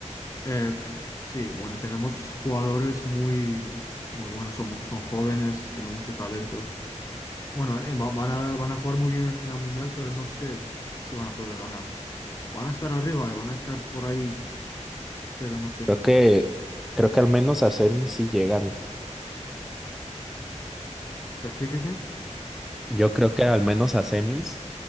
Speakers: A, on the left; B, in the centre.
A: Eh, pf, sí, bueno, tenemos jugadores muy, muy buenos, son, son jóvenes, tienen mucho talento. Bueno, eh, va- van a, van a jugar muy bien en, en la Mundial, pero no sé si van a poder ganar. Van a estar arriba y van a estar por ahí, pero no sé.
B: creo que, creo que al menos a semis sí llegan.
A: Pe- ¿Qué, qué, qué?
B: Yo creo que al menos a semis